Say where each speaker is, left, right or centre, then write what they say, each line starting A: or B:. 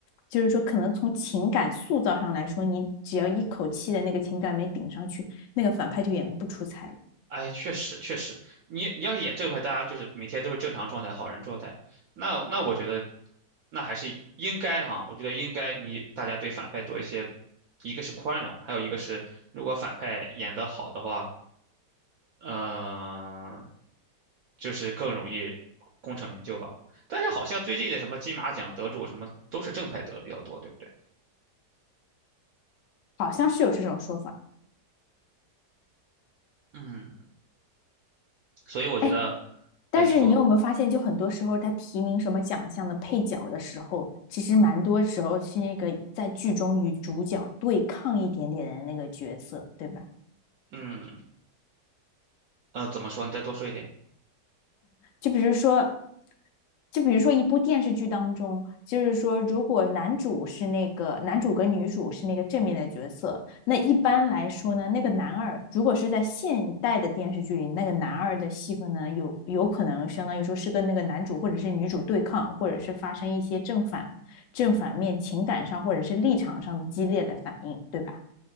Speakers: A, on the left; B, on the right.
A: 就是说，可能从情感塑造上来说，你只要一口气的那个情感没顶上去，那个反派就演得不出彩了。
B: 哎，确实确实，你你要是演正派，大家就是每天都是正常状态、好人状态，那那我觉得，那还是应该哈、我觉得应该你大家对反派多一些，一个是宽容，还有一个是如果反派演得好的话，嗯、就是更容易功成名就吧。但是好像最近的什么金马奖得主什么都是正派得的比较多，对不对？
A: 好像是有这种说法。
B: 嗯，所以我觉得，
A: 哎，但是你有没有发现，
B: 哎，你说，
A: 就很多时候他提名什么奖项的配角的时候，其实蛮多时候是那个在剧中与主角对抗一点点的那个角色，对吧？
B: 嗯，呃，怎么说？你再多说一点
A: 就比如说，就比如说一部电视剧当中，就是说，如果男主是那个男主跟女主是那个正面的角色，那一般来说呢，那个男二如果是在现代的电视剧里，那个男二的戏份呢，有有可能相当于说是跟那个男主或者是女主对抗，或者是发生一些正反正反面情感上或者是立场上的激烈的反应，对吧？